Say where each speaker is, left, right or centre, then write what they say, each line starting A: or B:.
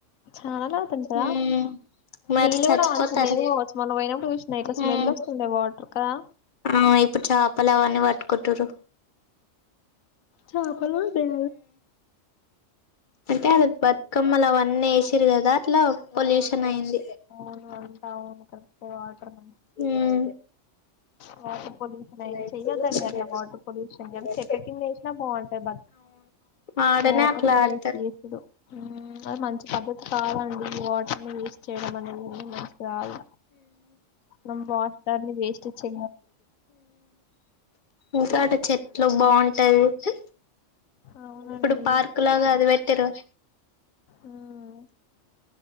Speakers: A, on the left; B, on the left.
A: చాలా లోతుంటదా
B: ఉమ్ మరి
A: నీళ్ళు
B: చచ్చిపోతారూ
A: కూడా మంచిగా లేవు కావచ్చు మొన్న పోయినప్పుడు చూసిన ఇట్లా స్మెల్
B: ఉమ్
A: వస్తుండే వాటర్ కదా
B: ఆ ఇప్పుడు చేపలు అవన్నీ పట్టుకుంటరు
A: చాపలు
B: ఉమ్
A: ఉండయా
B: అంటే అది బతుకమ్మలు అవన్నీ వేసిరు కదా అట్లా పొల్యూషన్ అయింది
A: వు అంటా వాటర్ <inaudible>
B: ఉమ్
A: వాటర్ పొల్యూషన్ అ
B: అయితుంది
A: చెయ్యొదండి అట్లా వాటర్ పొల్యూషన్ కానీ
B: అని
A: చెట్ల కింద వేసినా బాగుంటాయి బ
B: ఆడనే
A: వాటర్ని
B: అట్లా ఆడతారు
A: వేస్ట్ చేస్తరూ అది మంచి పద్ధతి కాదండి వాటర్ వేస్ట్ చేయడం అనేది మంచిది కాదు మనం వాటర్ <inaudible>
B: ఇంకా అట చెట్లు బాగుంటాది అయితే
A: అవునండి
B: ఇప్పుడు పార్కు లాగా అది పెట్టిరూ
A: ఉమ్